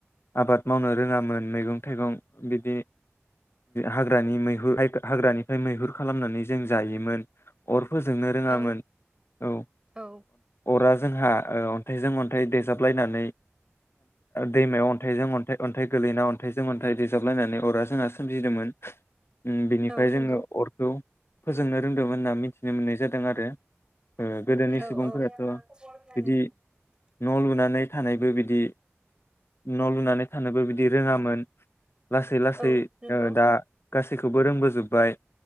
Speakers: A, on the left; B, on the right.
A: आबाद मावनो रोङामोन मैगं थाइगं बिदि हाग्रानि मैहुर हाग्रानिफ्राय मैहुर खालामनानै जों जायोमोन अर फोजोंनो रोङामोन
B: औ
A: औ
B: औ
A: अरा जोंहा अनथाइजों अनथाइ देजाबलायनानै दैमायाव अनथाइजों अनथाइ अनथाइ गोलैना अनथाइजों अनथाइ देजाबलायनानै अरा जोंहा सोमजिदोंमोन ओम बिनिफ्राय
B: औ नंगौ
A: जोङो अरखौ फोजोंनो रोंदोंमोन होनना मिथिनो मोननाय जादों आरो।
B: आं
A: ओ
B: सोंदोरे
A: गोदोनि
B: <unintelligible> या
A: सुबुंफोराथ'
B: मा खबर होननानै
A: बिदि
B: औ औ
A: न' लुनानै थानायबो बिदि न' लुनानै थानोबो बिदि रोङामोन लासै लासै
B: औ नंगौ
A: ओ दा गासै गासैखौबो रोंबोजोबबाय